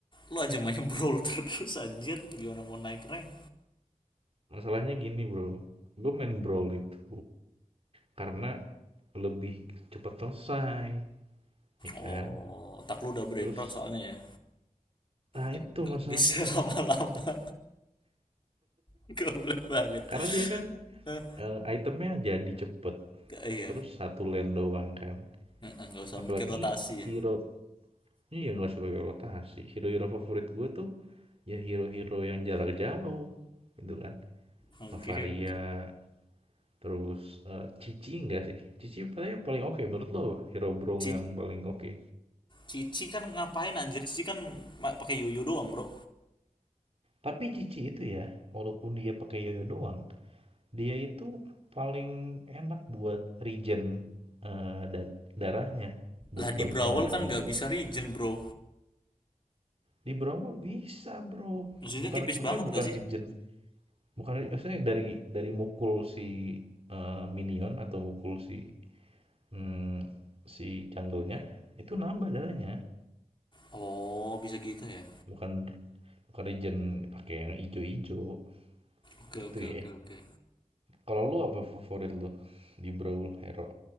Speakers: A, on the left (about 35°); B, on the right (about 45°).
A: lu aja main brawl <laughs> terus anjir gimana mau naik rank?
B: Masalahnya gini bro, gue main Brawl itu karena lebih cepat selesai, ya kan?
A: Oh otak lu udah brain
B: Terus,
A: rot soalnya ya
B: nah
A: Nggak
B: itu
A: nggak
B: masalahnya.
A: bisa <laughs> lama-lama Goblok banget
B: Karena dia kan
A: Eh,
B: eh, itemnya jadi cepet,
A: Iya
B: terus satu lane doang kan.
A: Eh, eh, nggak usah
B: Apalagi
A: mikir rotasi
B: hero
A: ya
B: Iya, nggak sebagai rotasi. Hero-hero favorit gue tuh ya hero-hero yang jarak jauh gitu kan.
A: Oke
B: Novaria,
A: oke
B: terus eh, Cici enggak sih? Cici paling paling oke menurut lo hero Brawl
A: Ci-
B: yang paling oke.
A: Cici kan ngapain anjir? Cici kan ma- pakai yoyo doang bro
B: Tapi Cici itu ya, walaupun dia pakai yoyo doang, dia itu paling enak buat regen eh, dan darahnya, buat
A: Lah
B: balikin
A: di Brawl
B: darahnya
A: kan nggak
B: itu
A: bisa regen bro
B: di Brawl bisa, Bro.
A: Maksudnya
B: Bukan
A: tipis
B: maksudnya
A: banget
B: bukan
A: gak sih?
B: regen Bukan, maksudnya dari dari mukul si, eee, minion atau mukul si, mmm, si jungle-nya, itu nambah darahnya.
A: Oh bisa gitu ya
B: Bukan bukan regen pakai yang ijo-ijo,
A: Oke
B: itu
A: oke
B: ya.
A: oke oke.
B: Kalau lu apa favorit lu di Brawl Hero?